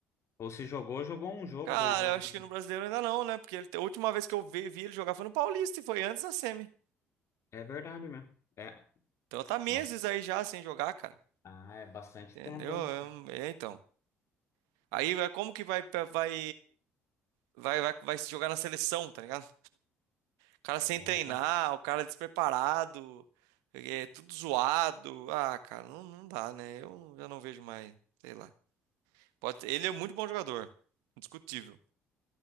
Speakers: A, on the left; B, on the right.
A: Ou se jogou, jogou um jogo,
B: Cara,
A: dois jogos.
B: eu acho que no brasileiro ainda não, né? Porque ele- a última vez que eu vi, vi ele jogar foi no Paulista e foi antes da semi.
A: É verdade mesmo. É.
B: Então tá meses
A: Nossa.
B: aí já sem jogar, cara.
A: Ah, é bastante
B: Entendeu?
A: tempo, hein?
B: É, um- é, então. Aí é como que vai vai vai vai vai se jogar na seleção, tá ligado? O cara sem
A: É.
B: treinar, o cara despreparado, é tudo zoado. Ah, cara, não, não dá, né? Eu já não vejo mais, sei lá. Pode, ele é muito bom jogador, indiscutível.